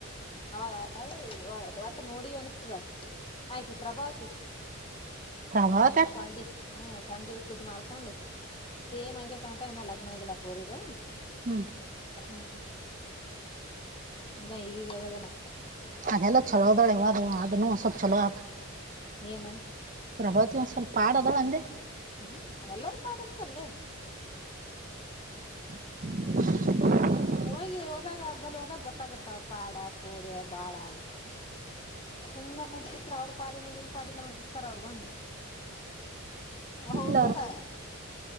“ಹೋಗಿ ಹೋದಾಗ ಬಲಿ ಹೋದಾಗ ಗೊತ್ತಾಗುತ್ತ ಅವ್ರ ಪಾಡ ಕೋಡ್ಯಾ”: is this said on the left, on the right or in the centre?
Left